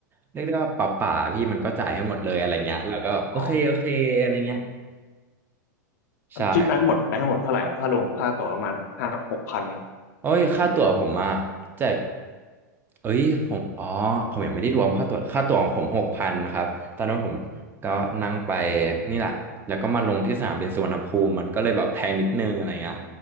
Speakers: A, on the right (about 20°); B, on the left (about 65°).
A: เรียกได้ว่าป่าป่าพี่มันก็จ่ายให้หมดเลยอะไรเงี้ยแล้วก็โอเคโอเคอะไรเงี้ย
B: อ๋อ
A: ใช่
B: ทริปนั้นหมดไปทั้งหมดเท่าไหร่ครับถ้ารวมค่าตั๋วประมาณห้าหกพัน
A: โอ้ยค่าตั๋วผมอะจ่ายเอ้ยผมอ๋อผมยังไม่ได้รวมค่าตั๋วค่าตั๋วของผมหกพันครับตอนนั้นผมก็นั่งไปนี่แหละแล้วก็มาลงที่สนามบินสุวรรณภูมิมันก็เลยแบบแพงนิดนึงอะไรเงี้ย